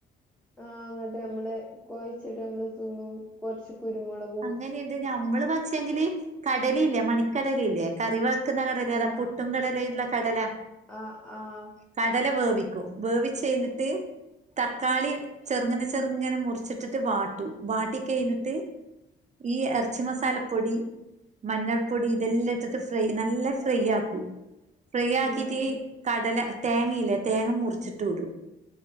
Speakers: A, in the centre; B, on the right (about 35°).
A: ആഹ് അങ്ങട്ട് നമ്മള് കൊഴച്ചിട്ട് നമ്മള് തിന്നും കുറച്ച് കുരുമുളകു
B: അങ്ങനെ എന്ത് നമ്മള് പക്ഷേെങ്കില് കടല ഇല്ലേ മണിക്കടല ഇല്ലേ കറി വെള ക്കുന്ന കടല
A: ആഹ്
B: അതാ പുട്ടും കടലേല്ല കടല
A: ആഹ് ആഹ്
B: കടല വേവിക്കൂ വേവിച്ചയ്ഞ്ഞിട്ട് തക്കാളി ചെറുങ്ങനെ ചെറുങ്ങനെ മുറിച്ചിട്ടിട്ട് വാട്ടു വാട്ടി കഴിഞ്ഞിട്ട് ഈ എർച്ചി മസാലപ്പൊടി മഞ്ഞൾപൊടി ഇതെല്ലാട്ടിട്ട് ഫ്രൈ നല്ല ഫ്രൈ ആക്കൂ. ഫ്രീ
A: ആഹ്
B: ആക്കീട്ടീ കടല തേങ്ങയില്ലേ തേങ്ങ മുറിച്ചിട്ടുടും.